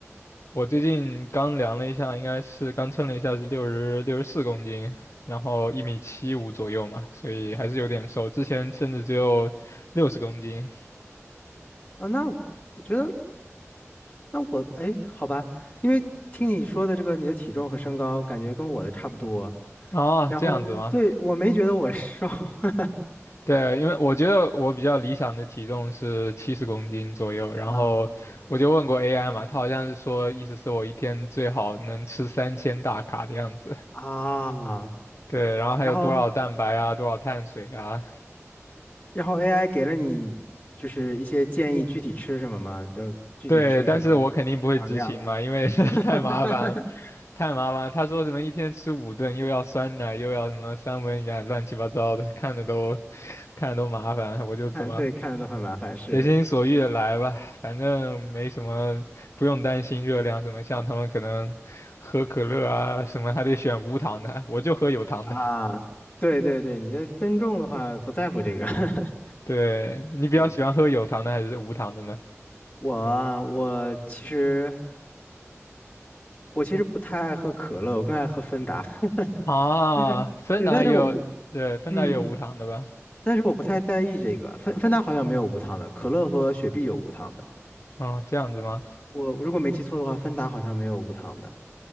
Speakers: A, on the left; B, on the left.
A: 我最近刚量了一下，应该是刚称了一下是六十六十四公斤，然后一米七五左右嘛，所以还是有点瘦。之前甚至只有六十公斤
B: 啊，那我觉得。那我哎，好吧，因为听你说的这个你的体重和身高，感觉跟我的差不多。
A: 啊，
B: 然后对，
A: 这样子吗？
B: 我没觉得我瘦 <laughs>
A: 对，因为我觉得我比较理想的体重是七十公斤左右，然后我就问过
B: 啊，OK
A: AI 嘛，他好像是说意思是我一天最好能吃三千大卡的样子。
B: 啊。
A: 对，然后还有多少蛋白啊，
B: 然后
A: 多少碳水啊？
B: 然后 AI 给了你就是一些建议，具体吃什么吗？就具体吃什么
A: 对，但是我肯定不会执行嘛，
B: 多少量？
A: 因为 <laughs>
B: <laughs>
A: 太麻烦了。太麻烦了他说什么一天吃五顿，又要酸奶，又要什么三文鱼啊，乱七八糟的，看的都 <laughs> 看的都麻烦。我就怎么
B: 看对，看着都很麻烦，是
A: 随心所欲的来吧，反正没什么，不用担心热量什么。像他们可能喝可乐啊什么，还得选无糖的，我就喝有糖的。
B: <laughs> 啊，对对对，你的增重的话不在乎这个。<laughs>
A: 对，你比较喜欢喝有糖的还是无糖的呢？
B: 对我啊我其实。我其实不太爱喝可乐，我更爱喝芬达。<laughs>
A: 啊，
B: 就是，
A: 芬达也有，
B: 对，但是我
A: 对，芬达也有无糖的吧？
B: 嗯，但是我不太在意这个。芬芬达好像没有无糖的，可乐和雪碧有无糖的。
A: 啊，这样子吗？
B: 我如果没记错的话，芬达好像没有无糖的。